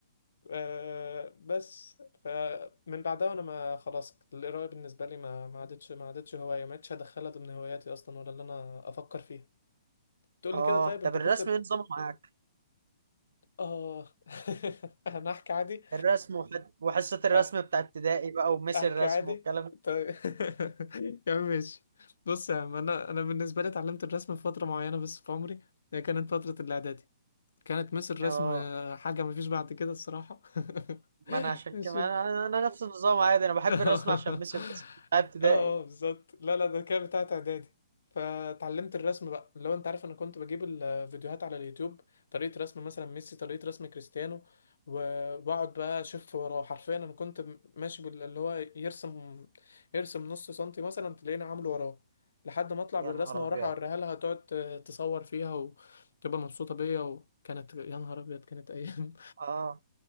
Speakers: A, on the left (about 70°); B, on the right (about 60°).
A: آه بس فمن بعدها وانا ما خلاص القراية بالنسبة لي ما ما عادتش ما عادتش هواية ما عادتش هدخلها ضمن هواياتي اصلا ولا اللي انا افكر فيها تقول
B: اه
A: لي كده طيب انت
B: طب الرسم
A: كنت بت...
B: ايه نظامه معاك
A: اه <laughs> انا احكي عادي
B: الرسم وحد... وحصه الرسم
A: أه.
B: بتاع ابتدائي بقى وميس
A: احكي
B: الرسم
A: عادي
B: والكلام ده
A: طيب <laughs> يا عم ماشي بص يا عم انا انا بالنسبة لي اتعلمت الرسم في فترة معينة بس في عمري هي كانت فترة الاعدادي كانت مس الرسم
B: اه
A: آه، حاجة مفيش بعد كده الصراحة <laughs>
B: ما انا عشان
A: ماشي
B: كده ما انا, أنا نفس النظام عادي انا بحب
A: اه
B: الرسم عشان ميس الرسم بتاع ابتدائي
A: اه بالظبط لا لا ده كان بتاعت اعدادي فتعلمت الرسم بقى لو انت عارف انا كنت بجيب الفيديوهات على اليوتيوب طريقة رسم مثلا ميسي طريقة رسم كريستيانو و- واقعد بقى اشوف وراه حرفيا انا كنت ماشي باللي هو يرسم يرسم نص سنتي مثلا تلاقيني عامله وراه لحد ما اطلع
B: يا
A: بالرسمه
B: نهار ابيض
A: واروح اوريها لها تقعد ت- تصور فيها وتبقى مبسوطه بيا وكانت يا نهار ابيض كانت ايام
B: اه